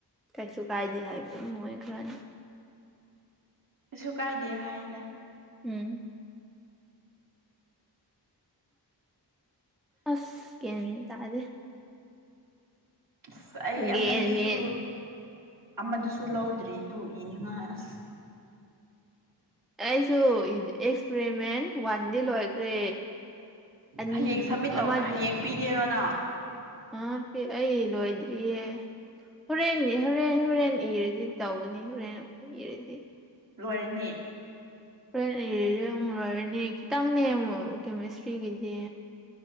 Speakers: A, in the centre; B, on the right.
A: ꯀꯩꯁꯨ ꯀꯥꯏꯗꯦ ꯍꯥꯏꯕ ꯃꯣꯏꯕꯅꯤ
B: ꯀꯩꯁꯨ ꯀꯥꯏꯗꯦ ꯍꯥꯏꯗ
A: ꯎꯝ ꯑꯁ ꯒꯤꯌꯥꯟ ꯃꯦꯟ ꯇꯥꯗꯦ
B: ꯑꯁ ꯑꯩ
A: ꯒ꯭ꯌꯥꯟ
B: ꯑꯃꯗꯨꯁꯨ
A: ꯃꯦꯟ
B: ꯑꯃꯗꯨꯁꯨ ꯂꯧꯗ꯭ꯔꯤ ꯇꯨ ꯏꯅꯤꯡꯉꯥꯏ ꯑꯁ
A: ꯑꯩꯁꯨ ꯑꯦꯛꯁꯄꯔꯤꯃꯦꯟ ꯋꯥꯟ ꯗꯤ ꯂꯣꯏꯈ꯭ꯔꯦ ꯑꯅꯤꯗꯤ
B: ꯍꯌꯦꯡ ꯁꯞꯃꯤꯠ
A: ꯑꯃꯗꯤ
B: ꯇꯧ ꯍꯌꯦꯡ ꯄꯤꯒꯦꯔꯣꯅ
A: ꯑ ꯄꯤ ꯑꯩ ꯂꯣꯏꯗ꯭ꯔꯤꯌꯦ ꯍꯨꯔꯦꯟꯒꯤ ꯍꯨꯔꯦꯟ ꯍꯨꯔꯦꯟ ꯏꯔꯗꯤ ꯇꯧꯒꯅꯤ ꯍꯨꯔꯦꯟ ꯏꯔꯗꯤ
B: ꯂꯣꯏꯔꯅꯤ
A: ꯍꯨꯔꯦꯟ ꯏꯔꯗꯤ ꯑꯃꯨꯛ ꯂꯣꯏꯔꯅꯤ ꯈꯤꯇꯪꯅꯦ ꯃꯨ ꯀꯦꯃꯤꯁꯇ꯭ꯔꯤꯒꯤꯗꯤ